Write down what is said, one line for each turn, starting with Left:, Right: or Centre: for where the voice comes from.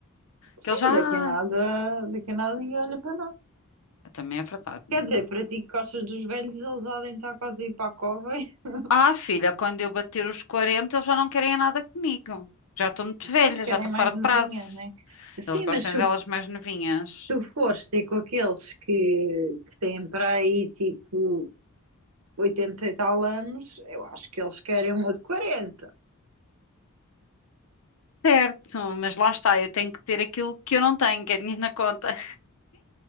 Right: Sim,
Left: que eles já.
Right: daqui a nada, daqui a nada ninguém olha para nós.
Left: Ah, Também é verdade,
Right: Quer
Left: amiga.
Right: dizer, para ti que gostas dos velhos, eles podem estar quase a ir para a cova e <laughs>
Left: Ah, filha, quando eu bater os 40, eles já não querem nada comigo. Já estou muito
Right: depois
Left: velha,
Right: querem
Left: já estou
Right: mais
Left: fora de
Right: novinhas,
Left: prazo.
Right: né? Sim,
Left: Eles gostam
Right: mas se
Left: delas
Right: f-
Left: mais novinhas.
Right: tu fores ter com aqueles que, que têm para aí tipo 80 e tal anos, eu acho que eles querem uma de quarenta
Left: Certo, mas lá está, eu tenho que ter aquilo que eu não tenho, que é dinheiro na conta.